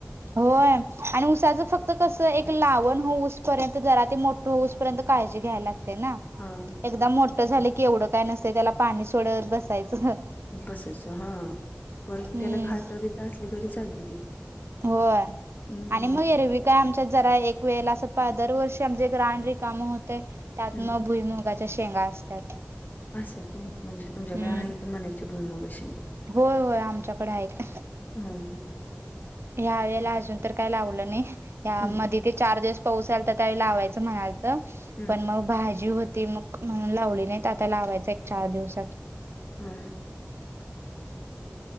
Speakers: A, on the right (about 60°); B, on the left (about 40°).
A: होय आणि उसाचं फक्त फ कसं एक लावण होऊस पर्यंत, जरा ते मोठं होऊस पर्यंत काळजी घ्यायला लागते ना?
B: हा.
A: एकदा मोठं झाले की एवढं काय नसत त्याला पाणी सोडत बसायचं
B: बसच हं पण
A: हम्म
B: त्याला खात बित असली तरी चालते ती
A: होय
B: हम्म
A: आणि मग एरवी काय आमच्यात जरा एक वेळेला असं दरवर्षी आमचे एक राहन र कामं होते त्यात
B: हम्म
A: मग भुईमग मुगाच्या शेंगा असतात.
B: असय व्हय म्हणजे तुमच्याकडे
A: हम्म
B: आहे तर म्हनायच्या भुईमूगच्या शेंगा
A: होय होय आमच्याकडे आहेत.
B: हम ह
A: ह्या वेळेला अजून तर काय लावलं नाही, या
B: हम्म
A: मध्ये ते चार दिवस पाउसा आला तर त्यावेवेली लावायच म्हणाल तर,
B: हम्म
A: पण मग भाजी होती मग म्हणून लावली नाही. ते आता लावायच एक चार दिवसात.
B: हम.